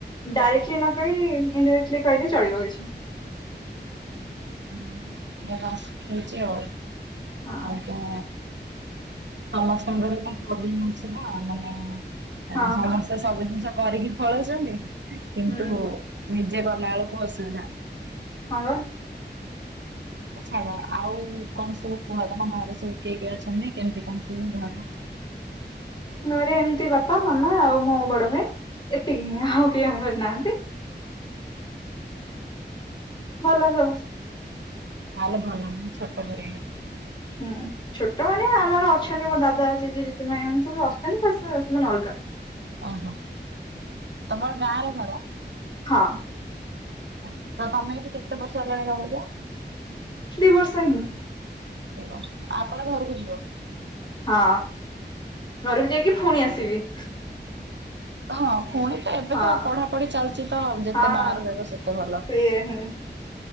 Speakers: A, on the left; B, on the right.
A: ଡାଇରେକ୍ଟଲି ନକହିକି ଇନ୍ ଇନଡାଇରେକ୍ଟଲି କହିଲି ଚଳିବ କିଛି
B: <unintelligible> ଆଉ
A: ହଁ
B: ଆଉ କଁ ସମସ୍ତଙ୍କର ଏଇନା ପ୍ରୋବ୍ଲେମ ଅଛି ନା ମାନେ <unintelligible>
A: ହଁ ହଁ
B: ତ ସବୁ ଜିନିଷ କରିକି ପଲୋଉଛନ୍ତି କିନ୍ତୁ
A: ହୁଁ
B: ନିଜେ ଗଲା ଆଳୁକୁ ଅସୁବିଧା।
A: ହଁ ବା।
B: ହୋଉ ଛାଡ ଆଉ କଣ ସବୁ କୁହ ତମ ଘରେ ସବୁ କିଏ କିଏ ଅଛନ୍ତି କେମିତି କଣ ସବୁ ଘର।
A: ଘରେ ଏମିତି ବାପା ମାମା ଆଉ ମୋ ବଡ ଭାଇ ଏତିକି ହିଁ ଆଉ କେହି ଆମ କରିନାହାନ୍ତି। ଭଲ <unintelligible>
B: <unintelligible> ଲେ ଭଲ ଉଁ ଛୋଟୋ ପରିବାର।
A: ହୁଁ ଛୋଟମାନୋ ଆମର ଅଛନ୍ତି ମୋ ଦାଦା ଜେଜେ ଜେଜେମା ଏମାନେ ସବୁ ଅଛନ୍ତି ବାସ୍ ସେମାନେ ଅଲଗା।
B: ଅଃ ତମର ଗାଁରେ ଘର।
A: ହଁ।
B: ଆଚ୍ଛା ଆଉ ତମେ ଏଇଠି କେତେ ବର୍ଷ ହେଲାଣି ରହୁଚ।
A: ଦି ବର୍ଷ ହିଁ।
B: ଦି ବର୍ଷ ଆ ପରେ ଘରୁକୁ ଯିବ।
A: ହଁ ଘରୁକୁ ଯାଇକି ଫୁଣି ଆସିବି।
B: ହଁ ଫୁଣି ତ ଏବେ
A: ହଁ।
B: ତ ଆଉ ପଢା ପଢି ଚାଲିଚି ତ ଯେତେ
A: ହଁ
B: ବାହାରେ ରହିବ ସେତେ ଭଲ।
A: <unintelligible>